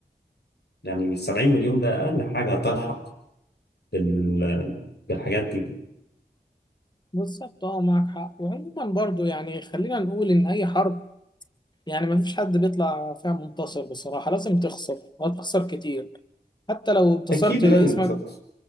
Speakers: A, on the left (about 80°); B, on the left (about 25°).
A: يعني 70 مليون ده أقل حاجة تلحق بال- بالحاجات دي
B: بالظبط اه معاك حق وعموما برضه يعني خلينا نقول إن أي حرب يعني ما فيش حد بيطلع فيها منتصر بصراحة لازم تخسر وهتخسر كتير حتى لو انتصرت
A: أكيد لازم
B: اسمك
A: تخلص.